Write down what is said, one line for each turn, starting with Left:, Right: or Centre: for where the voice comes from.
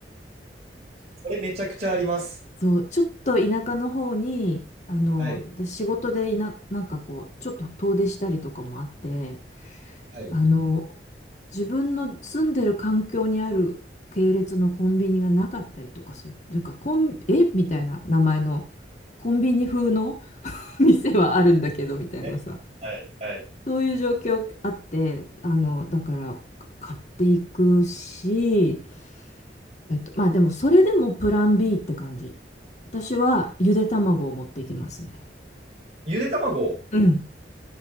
Right: それめちゃくちゃあります。
Left: そう、ちょっと田舎の方に、あの、
Right: はい、
Left: 仕事でいな、なんかこう、ちょっと遠出したりとかもあって、
Right: はい。
Left: あの、自分の住んでる環境にある系列のコンビニがなかったりとかする。とか、コン、えみたいな名前の、コンビニ風の <laughs> 店はあるんだけど、みたいなさ。
Right: えはい、はい。
Left: そういう状況あって、あの、だから、買っていくし、えっと、まあでも、それでもプラン B って感じ。私はゆで卵を持っていきますね。
Right: ゆで卵。
Left: うん。